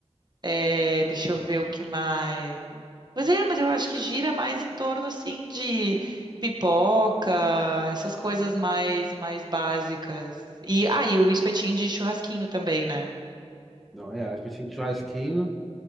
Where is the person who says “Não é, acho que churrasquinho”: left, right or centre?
Centre